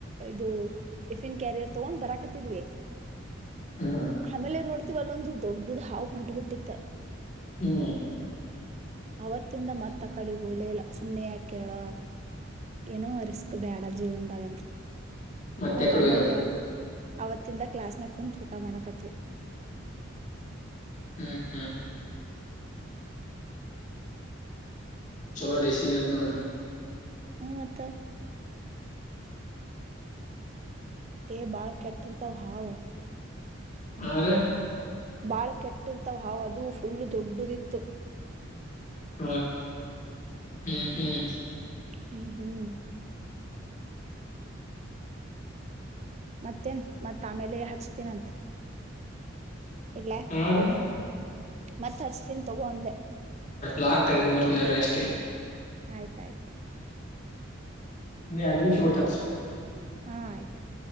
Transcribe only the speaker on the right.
ಇದು ಟಿಫಿನ್ ಕ್ಯಾರಿಯರ್. ತಗೊಂಡ್ ಬರಕತ್ತಿದ್ವಿ
ಆಮೇಲೆ ನೋಡ್, ವಲ್ಲೊಂದು ದೊಡ್ಡದು ಹಾವು ಹೊಂಟ ಬಿಟ್ಟಿತ್ತ.
ಅವತ್ತಿಂದ ಮತ್ತ ಕಡೆ ಹಓಲೇಲ್ಲ ಸುಮ್ನೆ ಯಾ ಕೇಳ. ಏನೋ ರಿಸ್ಕ್ ಬೇಡ ಜೀವನ್ದಾಗಂತ
ತಮಳಿ
ಅವತ್ತಿಂದ ಕ್ಲಾಸ್ನ ಕುೂಂತ್ ಊಟ ಮಾಡಕತ್ವಿ.
ಹ್ಮ್ಂ -ಹತ್ತ ಎ -ಬಾಲ ಕಟ ತ ಹಾವಾ.
ಬಾಳ ಕೆಟ್ಟಿರ್ತವ್ ಹಾವ ಅದುೂ ಫುಲ್ಲು ದೊಡ್ಡದಿತ್ತು.
ಹ್ಮ್- ಹ್ಮ್ ಮತ್ತೇನ್ ಮತ್ ಆಮೇಲೆ ಹಚ್ತೀನಂತ. ಇಲ್ಲ
ಮತ್ತ ಹಚ್ತನ್ ತಗೋಂದೆ.
ಆಯ್ತಾಯ್ತು
ಹಾ -ಆಯ್ತಾಯ್ತು.